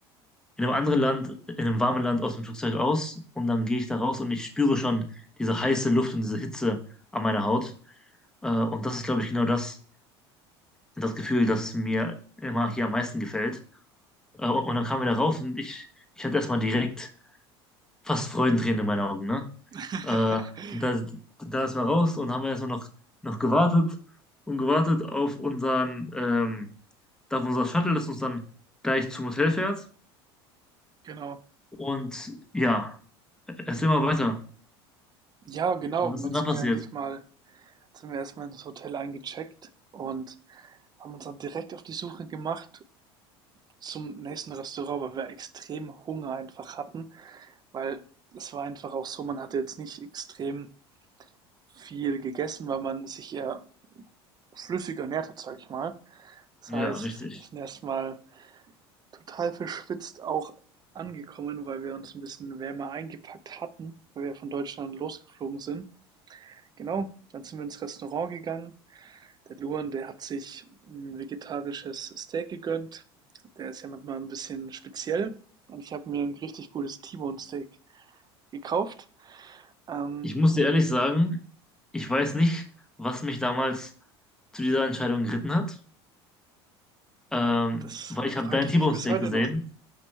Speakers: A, in the centre; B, on the right.
A: in einem anderen Land, in einem warmen Land aus dem Flugzeug aus und dann gehe ich da raus und ich spüre schon diese heiße Luft und diese Hitze an meiner Haut. Äh, und das ist, glaube ich, genau das, das Gefühl, das mir immer hier am meisten gefällt. Äh, und dann kamen wir da raus und ich, ich hatte erstmal direkt fast Freudentränen in meinen Augen, ne?
B: <laughs>
A: Äh, da, da ist man raus und haben wir erstmal noch, noch gewartet und gewartet auf unseren, ähm, da auf unser Shuttle, das uns dann gleich zum Hotel fährt.
B: Genau.
A: Und ja, erzähl mal weiter.
B: Ja, genau.
A: Was
B: Und
A: ist
B: dann
A: denn
B: sind
A: da passiert?
B: wir endlich mal, sind wir erstmal ins Hotel eingecheckt und haben uns dann direkt auf die Suche gemacht zum nächsten Restaurant, weil wir extrem Hunger einfach hatten, weil es war einfach auch so, man hatte jetzt nicht extrem viel gegessen, weil man sich eher flüssig ernährt hat, sage ich mal. Das
A: Ja,
B: heißt,
A: richtig.
B: wir sind erstmal total verschwitzt auch angekommen, weil wir uns ein bisschen wärmer eingepackt hatten, weil wir von Deutschland losgeflogen sind. Genau, dann sind wir ins Restaurant gegangen. Der Luan, der hat sich ein vegetarisches Steak gegönnt. Der ist ja manchmal ein bisschen speziell. Und ich habe mir ein richtig gutes T-Bone Steak gekauft. Ähm,
A: Ich muss dir ehrlich sagen, ich weiß nicht, was mich damals zu dieser Entscheidung geritten hat, ähm,
B: das
A: weil ich
B: frage
A: habe dein
B: ich
A: T-Bone
B: mich bis
A: Steak
B: heute
A: gesehen
B: noch.